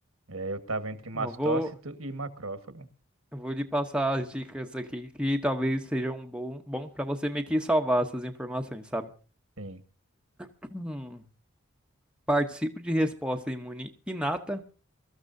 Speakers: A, on the right (about 80°); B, in the centre.
A: É, eu tava entre mastócito
B: Eu vou,
A: e macrófago.
B: eu vou lhe passar as dicas aqui que talvez sejam um bom, bom para você meio que salvar essas informações, sabe? <clears throat>
A: Sim.
B: Hum. Participo de resposta imune inata.